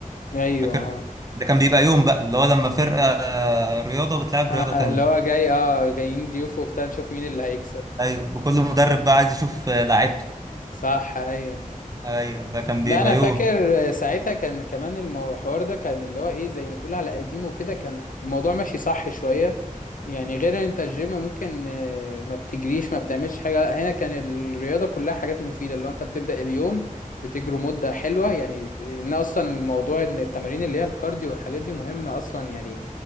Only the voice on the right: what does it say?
فاكر
ده كان بيبقى يوم بقى اللي هو لما فرقة آه، رياضة بتلعب
رياضة تانية
ايوه وكل مدرب بقى عايز يشوف آه، لعيبته
ايوه ده كان
بيبقى
يوم